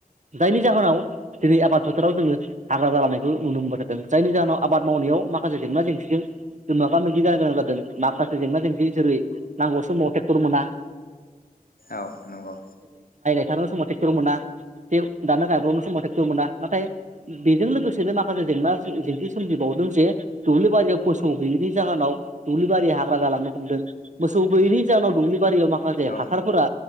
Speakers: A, on the right; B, on the left.
A: जायनि जाहोनाव दिनै आबाद फोथाराव जोङो हाग्रा जालांनायखौ नुनो मोनबाय थादों जायनि जाहोनाव आबाद मावनायाव माखासे जेंना जेंसिजों जों मोगा मोगि जानो गोनां जादों माखासे जेंना जेंसि जेरै नांगौ समाव टेक्टर मोना
B: औ नंगौ
A: गायनो समाव थेक्टर मोना जे दानो गायब्रबनो समाव टेक्टर मोना नाथाय बेजों लोगोसेनो माखासे जेंना जेंसि सोमजिबावदों जे दुब्लि बारियाव मोसौ गैयैनि जाहोनाव दुब्लि बारिया हाग्रा जालांनो हमदों मोसौ गैयैनि जाहोनाव दुब्लि बारियाव माखासे
B: औ
A: हासारफोरा